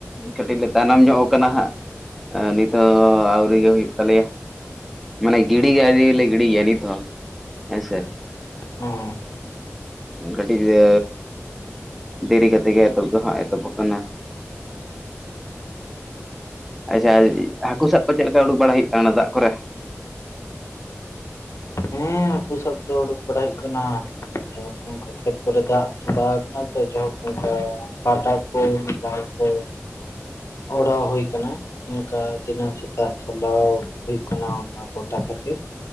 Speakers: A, in the centre; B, on the left (about 80°).
A: ᱠᱟᱹᱴᱤᱡ ᱞᱮ ᱛᱟᱭᱱᱚᱢ ᱧᱚᱜ ᱠᱟᱱᱟ ᱦᱟᱸᱜ ᱱᱤᱛ ᱦᱚᱸ ᱟᱹᱣᱨᱤ ᱜᱮ ᱦᱩᱭᱩᱜ ᱛᱟᱞᱮᱭᱟ ᱢᱟᱱᱮ ᱜᱤᱲᱤ ᱟᱣᱨᱤ ᱜᱮᱲᱤᱭᱟ ᱱᱤᱛᱚ ᱦᱮᱸᱥᱮ
B: ᱦᱩᱸ
A: ᱠᱟᱹᱴᱤᱡ ᱮ ᱫᱮᱨᱤ ᱠᱟᱛᱮᱜ ᱜᱮ ᱮᱛᱚᱦᱚᱵ ᱫᱚ ᱦᱟᱸᱜ ᱮᱛᱚᱦᱚᱵ ᱟᱠᱟᱱᱟ ᱟᱪᱪᱷᱟ ᱦᱟᱹᱠᱩ ᱥᱟᱵ ᱠᱚ ᱪᱮᱫ ᱞᱮᱠᱟ ᱩᱰᱩᱠ ᱵᱟᱲᱟ ᱦᱩᱭᱩᱜ ᱠᱟᱱᱟ ᱫᱟᱜ ᱠᱚᱨᱮ
B: ᱦᱮᱸ ᱦᱟᱹᱠᱩ ᱥᱟᱵ ᱫᱚ ᱩᱰᱩᱠ ᱵᱟᱲᱟ ᱦᱩᱭᱩᱜ ᱠᱟᱱᱟ ᱡᱟᱦᱳᱠ ᱚᱝᱠᱟ ᱠᱷᱮᱛ ᱠᱚᱨᱮ ᱫᱟᱜ ᱵᱟᱲᱟ ᱠᱟᱱᱟ ᱛᱚ ᱡᱟᱭᱦᱳᱠ ᱚᱱᱠᱟ ᱯᱟᱴᱟ ᱠᱚ ᱡᱟᱞ ᱠᱚ ᱚᱲᱟᱣ ᱦᱩᱭ ᱠᱟᱱᱟ ᱚᱱᱠᱟ ᱫᱤᱱᱟᱹᱢ ᱥᱮᱛᱟᱜ ᱦᱩᱭᱩᱜ ᱠᱟᱱᱟ ᱚᱱᱠᱟ ᱜᱚᱴᱟ ᱠᱷᱟᱹᱛᱤᱨ